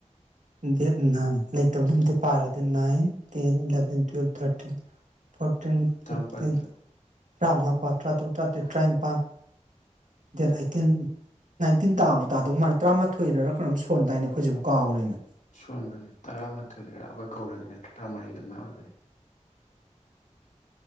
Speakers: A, on the right; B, on the left.
A: ꯗꯦꯠ ꯅꯥꯏꯟ ꯂꯩꯇꯕ ꯑꯠꯇꯩ ꯄꯥꯔꯒꯗꯤ nine ten eleven twelve thirteen fourteen
B: ꯇꯔꯥꯃꯥꯄꯜꯗ
A: fifteen ꯇꯔꯥꯃꯉꯥ ꯀꯣ ꯇꯔꯥ ꯇꯔꯨꯛ ꯇꯔꯥꯇꯔꯦꯠ ꯇꯔꯥꯅꯤꯄꯥꯟ ꯗꯦꯠ ꯑꯩꯠꯇꯤꯟ ꯅꯥꯏꯟꯇꯤꯟ ꯇꯥꯕꯨ ꯇꯥꯗꯧ ꯃꯥꯜꯂꯦ ꯇꯔꯥꯃꯥꯊꯣꯏꯗꯔ ꯀꯩꯅꯣꯝ ꯁꯣꯟꯗꯥꯏꯅꯤ ꯑꯩꯈꯣꯏꯁꯤꯕꯨ ꯀꯥꯎꯈꯔꯦꯅꯦ
B: ꯁꯣꯟꯕꯅꯦ ꯇꯔꯥꯃꯥꯊꯣꯏꯗꯔ ꯑꯈꯣꯏ ꯒꯧꯔꯒꯤꯅ ꯇꯔꯥꯃꯔꯤꯗ ꯑꯗꯨꯃꯥꯏ ꯑꯣꯏꯕꯅꯤ